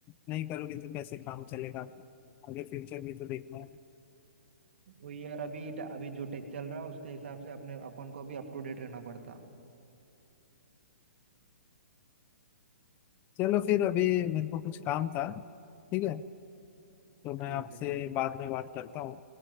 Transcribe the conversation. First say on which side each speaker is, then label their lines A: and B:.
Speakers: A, on the left; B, on the right.
A: नहीं करोगे तो कैसे काम चलेगा आपका आगे फ्यूचर भी तो देखना है
B: वही यार अभी अभी जो टेक चल रहा है उसके हिसाब से अपने अपन को भी अप टू डेट रहना पड़ता
A: चलो फिर अभी मेरे को कुछ काम था ठीक है तो मैं
B: ठीक
A: आपसे
B: है ठीक है
A: बाद में बात करता हूँ